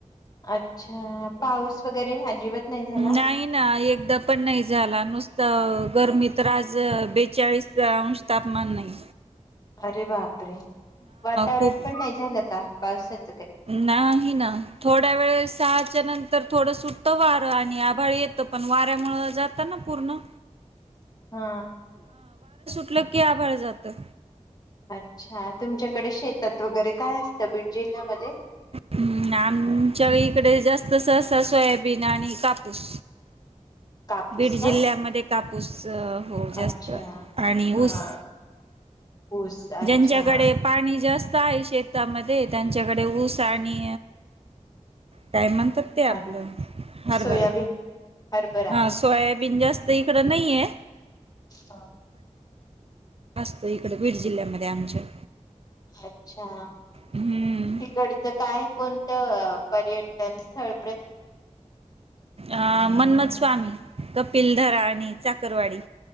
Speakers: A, on the left; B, on the right.
A: अच्छा पाऊस वगैरे अजिबात नाही झाला?
B: नाही ना एकदा पण नाही झाला नुसत गरमी तर आज बेचाळीस अंश तापमान नाही
A: अरे बापरे वातावरण
B: खूप
A: पण नाही झालं का पावसाात.
B: नाही ना थोड्या वेळ सहाच्या नंतर. तर थोडं सुटत वारं आणि आभाळ येतं पण वाऱ्यामु जातात ना पूर्ण.
A: हा
B: कलं की आभार जातं
A: अच्छा तुमच्याकडे शेतात वगैरे काय असतं बीड जिल्ह्यामध्ये.
B: ह् आमच्या इकडे जास्त अस. सोयाबीन आणि कापूस
A: कापूस
B: बीड
A: का?
B: जिल्ह्यामध्ये कापूस. हो जास्त
A: अच्छा
B: आणि
A: हा
B: ऊस
A: ऊस अच्छा
B: ज्यांच्याकडे पाणी जास्त आहे शेतामध्ये त्यांच्याकडे ऊस आणि काय म्हणतात ते आपलं
A: अ
B: हरभरा
A: सोयाबीन हरभरा
B: हां सोयाब बं जास्त इकडं नाहीे
A: हा
B: असतो इकडे बीड जिल्ह्यामध्ये आमच्या
A: अच्छा
B: हम्म.
A: तिकडचं काय कोणतं पर्यटन थर्ड प्र
B: अ मन्मथ स्वामी कपिल धरा आणि चाकरवाडी